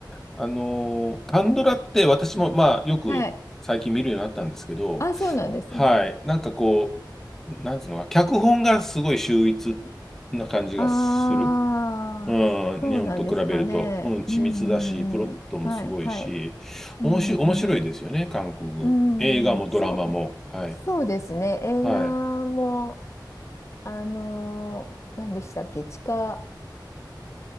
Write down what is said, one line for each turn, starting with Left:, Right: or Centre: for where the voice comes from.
Centre: あのー、カンドラって私も、まあ、よく最近見るようになったんですけど、
Left: はいあそうなんですね
Centre: はい。なんかこう、なんていうのか、脚本がすごい秀逸な感じがする。
Left: ああそうなんですかねうんうんうんはいはい
Centre: うん、日本と比べると、うん、緻密だし、プロットもすごいし、
Left: うんう
Centre: おもし、面白いですよね、韓国。
Left: んうんそうそうですね映画も
Centre: 映画もドラマも。はい。はい。
Left: あのー何でしたっけ地下